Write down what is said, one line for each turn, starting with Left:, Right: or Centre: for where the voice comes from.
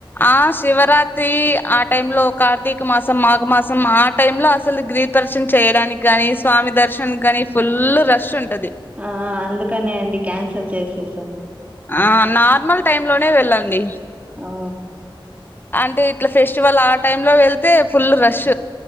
Left: ఆ శివరాత్రి ఆ టైమ్ లో కార్తీక మాసం మాఘమాసం సం ఆ టైమ్ లో అసలు గ్రీ ప్రదర్శన్ చేయడానికి కాని స్వామి దర్శన్ కానీ ఫుల్ రష్ ఉంట్
Right: ఆ అందుకనే అండి క్యాన్సల్ చేసేసాం
Left: ఆ నార్మల్ టైమ్ లోనే వెళ్ళండి
Right: ఆ
Left: అంటే ఇట్లా ఫెస్టివల్ ఆ టైమ్ లో వెళ్తే ఫుల్ రష్